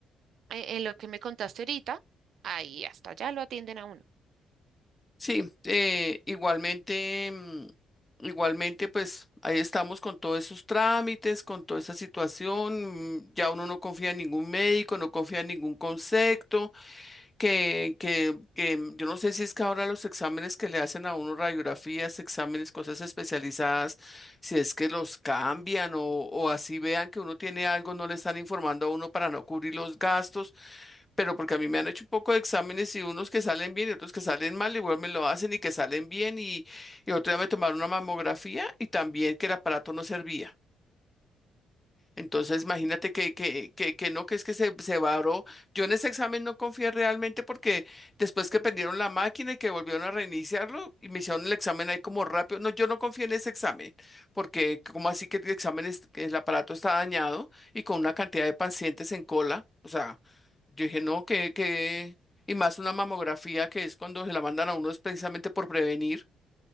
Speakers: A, on the right; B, on the left.
A: en en lo que me contaste ahorita, ahí hasta allá lo atienden a uno.
B: Sí, eh, igualmente, mm, igualmente, pues ahí estamos con todos esos trámites, con toda esa situación. mm, Ya uno no confía en ningún médico, no confía en ningún concepto. que, que, que yo no sé si es que ahora los exámenes que le hacen a uno, radiografías, exámenes, cosas especializadas, si es que los cambian o, o así vean que uno tiene algo, no le están informando a uno para no cubrir los gastos, pero porque a mí me han hecho un poco de exámenes y unos que salen bien y otros que salen mal, igual me lo hacen y que salen bien y, y otro día me tomaron una mamografía y también que el aparato no servía. Entonces, imagínate
A: Mm,
B: que, que, que, que no, que es que se, se varó. Yo en ese examen no confié realmente porque después que prendieron la máquina y que volvieron a reiniciarlo y me hicieron el examen ahí como rápido. No, yo no confié en ese examen porque como así que el examen, es- que el aparato está dañado y con una cantidad de pacientes en cola. O sea, yo dije, no, que, que, y más una mamografía que es cuando se la mandan a uno es precisamente por prevenir.